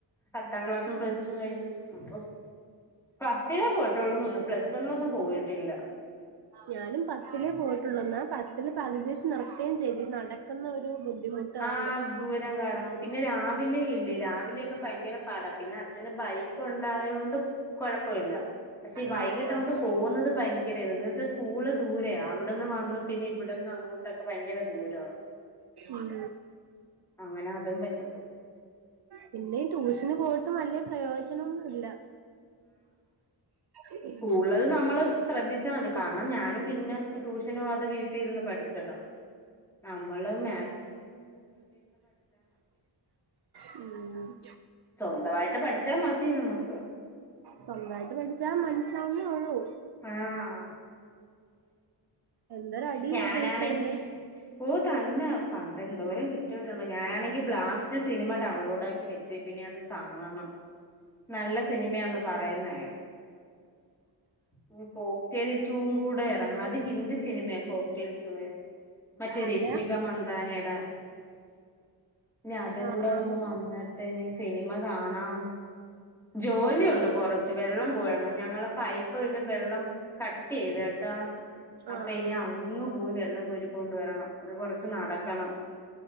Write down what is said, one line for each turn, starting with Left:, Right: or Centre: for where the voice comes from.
Centre: പത്താം ക്ലാസ്സും പ്ലസ് ടു കഴിഞ്ഞു അപ്പോ പത്തിലേ പോയിട്ടുള്ളൂ എന്ന് തോനുന്നു പ്ലസ് വണിലൊന്നും പോയിട്ടില്ല.
Right: ഞാനും പത്തിലേ പോയിട്ടുള്ളൂ എന്നാ പത്തില് പകുതി വെച്ച് നിർത്തുകയും ചെയ്തു. ഈ നടക്കുന്ന ഒരു ബുദ്ധിമുട്ട് കാരണം
Centre: ആഹ് ദൂരം കാരണം പിന്നെ രാവിലെ ഇല്ലേ രാവിലെയൊക്കെ ഭയങ്കര പാടാ പിന്നെ അച്ഛന് ബൈക്ക് ഉണ്ടായതൊണ്ട് കുഴപ്പമില്ല പക്ഷേ വൈകീട്ട്
Right: ആഹ് കൊഴപ്പല്ല
Centre: അങ്ങോട്ട് പോകുന്നത് ഭയങ്കര ഇത് ഇന്ന് വെച്ചാ സ്കൂള് ദൂരെയ അവിടുന്ന് വന്നു പിന്നെ ഇവിടന്ന് അങ്ങോട്ടൊക്കെ ഭയങ്കര ദൂരവ.
Right: ഉം.
Centre: അങ്ങനെ അതും പറ്റത്തില്ല
Right: പിന്നെ ഈ ട്യൂഷന് പോയിട്ടും വലിയ പ്രയോജനം ഒന്നും ഇല്ല. ഉം.
Centre: ഉള്ളത് നമ്മള് ശ്രദ്ധിച്ചാൽ മതി കാരണം ഞാനും പിന്നെ ട്യൂഷനു പോവാതെ വീട്ടിലിരുന്ന് പഠിച്ചതാ. നമ്മള് മാ
Right: ഉം
Centre: സ്വന്തമായിട്ട് പഠിച്ച മതി നമ്മുക്ക്.
Right: സ്വന്തമായിട്ട് പഠിച്ചാ മനസ്സിലാവുന്നേ ഉള്ളൂ.
Centre: ആഹ്
Right: എന്തൊരടിയാ
Centre: ഞാനാണെങ്കിൽ
Right: ട്യൂഷനില്
Centre: ഓ തന്ന പണ്ടെന്തോരം കി ട്ടീട്ടുണ്ട് ഞാനാണെങ്കിൽ ബ്ലാസ്റ്റ് സിനിമ ഡൌൺലോഡ് അക്കി വെച്ചെക്കുന്ന് ഇനി അത് കാണണം. നല്ല സിനിമയാന്ന്‌ പറയുന്ന കേക്കാം ഇനി കോക്ക് ടെയിൽ ടുവും കൂടി ഇറങ്ങണം അത് ഹിന്ദി സിനിമയ കോക് ടെയിൽ ടു വേ മറ്റേ
Right: അതെയാ
Centre: രശ്മിക മന്താനേടെ ഇനി അതും
Right: ആഹ്
Centre: കൂടെ ഒന്ന് വന്നിട്ട് ഇനി സിനിമ കാണാം ജോലിയുണ്ട് കൊറച്ച് വെള്ളം കോരണം ഞങ്ങളെ പൈപ്പ്ല് വെള്ളം കട്ട് ചെയ്ത് കേട്ട
Right: ആഹ്
Centre: അപ്പൊ ഇനി അങ്ങ് പോയി വെള്ളം കോരിക്കൊണ്ട് വരണം അത് കൊറച്ച് നടക്കണം.